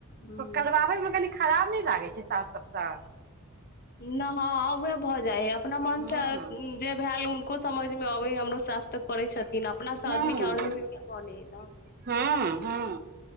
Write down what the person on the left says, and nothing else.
हूँ
नवावे भऽ जाइ हइ अपना मनसँ
जे भेल हुनको समझ मे अबे हमरो सासथ तऽ करै छथिन अपना से
आदमी के अ मे बने ह ने <unintelligible>